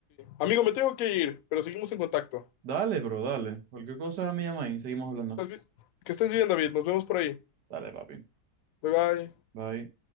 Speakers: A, on the left; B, on the right.
A: amigo, me tengo que ir, pero seguimos en contacto.
B: Dale, bro, dale. Cualquier cosa me llama y seguimos hablando.
A: Estás bi- Que estés bien, David. Nos vemos por ahí.
B: Dale, papi.
A: Bye bye.
B: Bye.